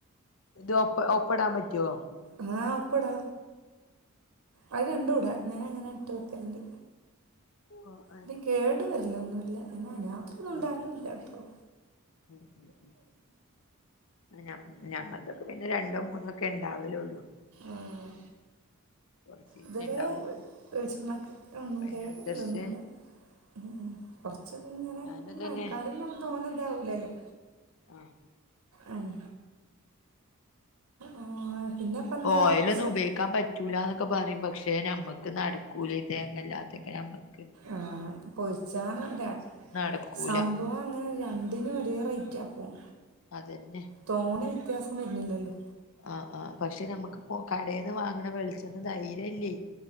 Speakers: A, on the left (about 65°); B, on the right (about 75°).
A: ഇത് ഒപ്പ ഒപ്പടാൻ പറ്റുവോ
B: ആഹ് അപ്പ്ടാ അത് രണ്ടൂട ഞാനങ്ങന ഇട്ട് വെക്കല്ണ്ട്
A: ങാഹ്
B: ഇനി കേടു വെരല് ഒന്നും ഇല്ല എന്ന അയിന് മാത്രം ഒണ്ടാവലും
A: ആഹ്
B: ഇല്ല കേട്ടോ
A: ഉം ഉം ഉം ഞമ്മ ഞങ്ങൾതക്ക് ഒക്കെ പിന്നെ രണ്ടോ മൂന്നോ ഒക്കെ എണ്ടാവലേ ഒള്ളൂ
B: ആഹ്
A: കൊറച്ചീച്ചേ
B: ഇതരെ
A: ഇണ്ടാവുള്ളൂ
B: വെളിച്ചെണ്ണക്ക് ഒന്നും
A: അപ്പൊ അയിനനുസരിച്ച്
B: കേട് വരല് ഒന്നും ഇല്ല ഉ കൊറച്ച് ഇങ്ങനെ
A: ഞാനും
B: മയക്കാലം
A: തന്നെ
B: എന്ന് തോന്നത് അതാവൂലല്ലോ
A: ആഹ്
B: അഹ് ആഹ് പിന്നെപ്പെന്താ
A: ഓയിൽ
B: വിശേഷം
A: ഒന്നും ഉപയോഗിക്കാൻ പ റ്റൂലന്നൊക്കെ പറയും പക്ഷേ നമ്മക്ക് നടക്കൂല ഈ തേങ്ങല്ലാതെ ഒക്കെ നമ്മള്
B: ആഹ് പൊരിച്ചാന് താ
A: നടക്കൂല
B: സംഭവം അങ്ങനെ രണ്ടിനും ഒരേ റേറ്റാ ഇപ്പോം
A: അതന്നെ
B: തോണെ വ്യത്യാസം വരുന്നില്ല അല്ലോ
A: ആഹ് ആഹ് പക്ഷേ ഞമ്മക്ക് ഇപ്പൊ കടേന്ന് വാങ്ങണ വെളിച്ചെണ്ണ ധൈര്യം ഇല്ലേ